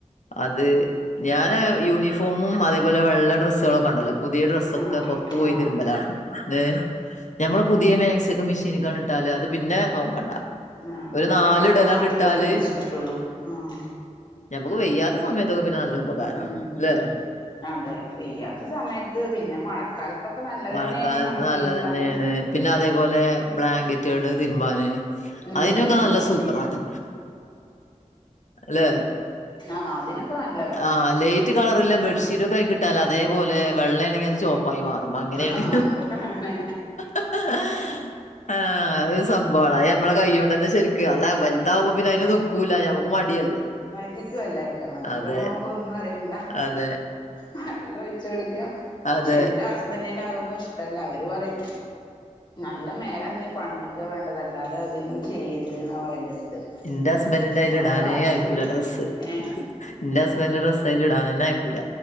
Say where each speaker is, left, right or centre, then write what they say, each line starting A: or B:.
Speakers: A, on the left; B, on the left.
A: അത് ഞാന് യൂണിഫോമും അതേപോലെ വെള്ള ഡ്രസ്സുകളൊക്കെ ഉണ്ടല്ലോ പുതിയ ഡ്രസ്സൊക്കെ
B: ആഹ്
A: പുറത്തു പോയിതിരുമ്പലാണ്
B: ആഹ്
A: ഹേ നമ്മള് പുതിയ മേക്സി മെഷീന് ക്ക് ഇട്ടാല് അത് പിന്നെ നോക്കണ്ട
B: ആഹ്
A: ഒരു
B: നീന്റെ
A: നാല്
B: കളറ്
A: ഇടലാണ്ട്
B: മാറിട്ടേന്ന്
A: ഇട്ടാല്
B: തിരിച്ചു കിട്ടുള്ളൂ ആഹ്
A: ഞമ്മുക്ക് വെയ്യാത്ത സമയത്തൊക്കെ പിന്നെ നല്ല ഉപകാരാണ്
B: ഉം
A: ല്ലെ
B: അതെ വെയ്യാത്ത സമയത്ത് പിന്നെ മഴക്കാലത്തൊക്കെ നല്ലതന്നെയാണ്
A: മഴക്കാലത്ത്
B: ഉണക്കിടുക്കാനും
A: നല്ലതന്നെയാണ് പിന്നെ അതേപോലെ ബ്ലാങ്കറ്റുകൾ തിരുമ്പാന്
B: ഉം
A: അയ്‌നൊക്കെ
B: ഉം
A: നല്ല സൂപ്പറാണ് ല്ലെ
B: ആ ഹ്അതിനൊക്കെ നല്ലതാ
A: ആ ലേറ്റ് കളറില്ല ബെഡ്ഷീറ്റ് ഒക്കെ കിട്ടാ അതേപോലെ വെള്ള ആണെങ്കിൽ അത് ചോ വഴിമാറും അങ്ങനെയാണ്
B: ആഹ് അതൊക്കെ അങ്ങനെ
A: <inaudible> ആഹ് അത് സാ - കോളായാൽ ഞമ്മടെ കൈയോടന്നേ <unintelligible> അതാ വലുതാവുമ്പോ
B: ആഹ്
A: പിന്നെ അയ്‌ന്ക്കൂല്ല ഞമ്മക്ക് മടിയല്ലേ
B: വറ്റി ക്കുവല്ലേ കേട്ടോ വറ്റിക്കുമ്പോ
A: അതെ
B: നമക് ഒന്നും അറിയണ്ട
A: അതെ
B: വെള്ളം ഓയിച്ചോടുക്കാ
A: അതെ
B: പക്ഷെ എന്റെ ഹസ് ഹസ്ബൻറിന് അതൊന്നും ഇഷ്ട്ടല്ല അവര് പറിം നല്ല മേലന ങ്ങി പണിട്ക്കാ വേണ്ടത്‌ അല്ലാതെ അതിനു ചെയ്യരുത് എന്നാ <unintelligible>
A: ഇന്റെ ഹസ്ബൻറിന്റെ അയ്ൽ
B: കൊറേ
A: ഇടാനേ
B: വാശി
A: അയിക്കൂല
B: പിടി
A: ഡ്രസ്സ്
B: ഏഹ്
A: എന്റെ ഹസ്ബൻന്റെ ഡ്രസ്സ് അയ്‌ല് ഇടാൻന്നെയക്കൂല